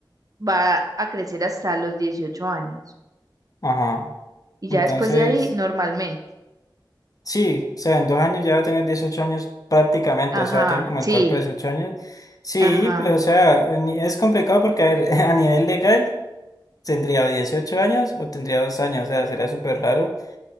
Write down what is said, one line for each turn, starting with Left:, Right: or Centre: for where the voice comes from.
Right: va a crecer hasta los 18 años
Left: Ajá.
Right: y ya
Left: Entonces,
Right: después de ahí normalmente.
Left: sí, o sea, en dos años ya va a tener 18 años prácticamente,
Right: Ajá,
Left: o sea, va a tener como el
Right: sí,
Left: cuerpo de 18 años. Sí,
Right: ajá.
Left: pero o sea, ni- es complicado porque a, ver, <laughs> a nivel legal tendría o 18 años o tendría dos años, o sea, sería súper raro.